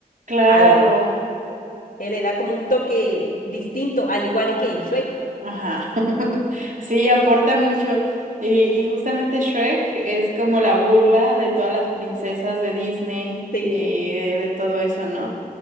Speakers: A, on the right; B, on the left.
A: Claro.
B: a la voz. Él le da como un toque distinto, al igual que en Shrek.
A: Ajá. <laughs> Sí, aporta mucho. Y, y justamente Shrek es como la burla de todas las princesas de Disney
B: Sí,
A: y de, de todo eso, ¿no?